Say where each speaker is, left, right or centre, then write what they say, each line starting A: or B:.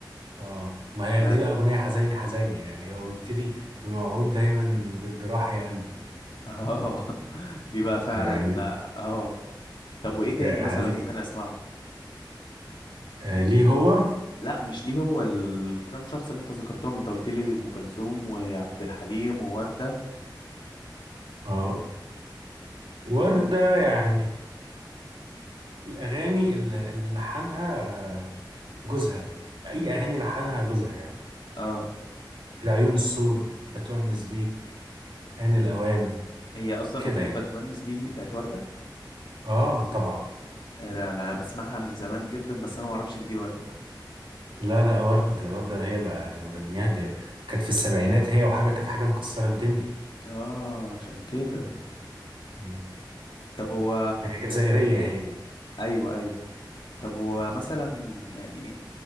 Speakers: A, on the right; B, on the left.
A: آه ما هي
B: تمام
A: دي بقى أغنية حزينة حزينة يعني هو بيبتدي بموعود دايما بالجراح يا قلبي
B: اه <laughs> دي بقى فعلا
A: يعني
B: اه طب وايه تاني
A: آه،
B: مثلا
A: دي-
B: ممكن اسمعه
A: آه، ليه هو
B: لا مش ليه هو للكام شخص اللي انت ذكرتهم انت قلت لي ام كلثوم وعبد الحليم ووردة
A: آه وردة
B: إيه؟
A: يعني الأغاني اللي اللي لحنها آه، جوزها أي أغاني لحنها جوزها يعني
B: اه
A: العيون السود بتونس بيك آن الأوان
B: هي اصلا
A: كده
B: اغنية
A: يعني
B: بتونس بيك دي بتاعت وردة
A: اه طبعا
B: انا أنا بسمعها من زمان جدا بس انا ما اعرفش ان دي وردة
A: لا لا وردة وردة هي اللي مغنياها دي كانت في السبعينات هي وحاجة كانت حاجة مكسرة الدنيا
B: اه عشان كده
A: مم.
B: طب هو
A: هي جزائرية هي
B: ايوه ايوه طب هو مثلا يعني